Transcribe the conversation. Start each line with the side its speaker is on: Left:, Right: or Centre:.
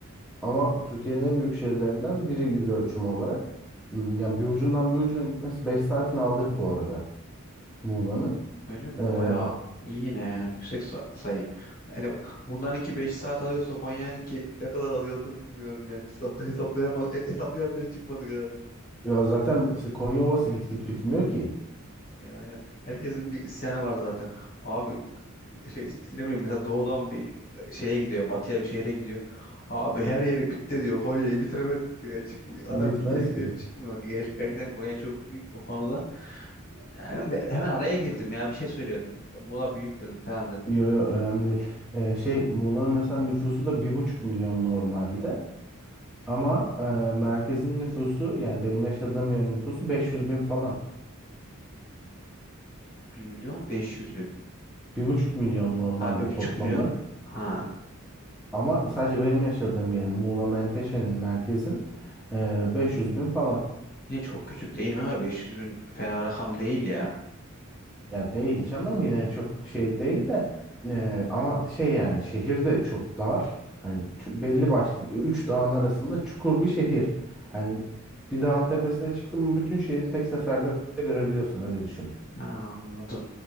Centre: ama Türkiye'nin en büyük şehirlerinden biri yüz ölçümü olarak. Hmm, Yani bir ucundan bir ucuna gitmesi 5 saatini alır bu arada Muğla'nın.
Left: Öyle mi?
Centre: Ee,
Left: Bayağı iyi yine yani yüksek sa- sayı. Yani bunlarınki 5 saat alıyorsa Konya'nınki ne kadar alıyordu bilmiyorum yani. Hiç hesapla hesaplayamaz e- hesaplayan biri çıkmadı galiba.
Centre: ya zaten Konya Ovası git git bitmiyor ki.
Left: Aynen aynen. Herkesin bir isyanı var zaten. Abi şey ne bileyim mesela doğudan bir e, şeye gidiyor, batıya bir şehre gidiyor. Abi her yeri bitti diyor. Konya'yı bitiremedik diyor. Yani çıkmıyor. Adam
Centre: Bitmez
Left: gidiyor gidiyor
Centre: ki.
Left: çıkmıyor. Ger- Gerçekten Konya çok büyük o konuda. Hemen hemen araya girdim ya. Bir şey söylüyordun. Muğla büyük dedin falan dedin.
Centre: Yo yo önemli değil. Ee, şey Muğla'nın mesela nüfusu da bir buçuk milyon normalde. Ama e, merkezin nüfusu yani benim yaşadığım yerin nüfusu 500 bin falan.
Left: bir milyon beş yüz bin.
Centre: Bir buçuk milyon normalde
Left: Ha bir buçuk
Centre: toplamı.
Left: milyon. Ha.
Centre: Ama sadece benim yaşadığım yerin Muğla Menteşe'nin merkezin e, 500 bin falan.
Left: Yine çok küçük değil kanka. beş yüz bin fena rakam değil ya.
Centre: Ya değil canım yine çok şey değil de eee, ama şey yani şehirde çok dar. Hani çu- belli başlı üç dağın arasında çukur bir şehir. Hani bir dağın tepesine çıktın mı bütün şehri tek seferde görebiliyorsun öyle düşün.
Left: Ha, anladım.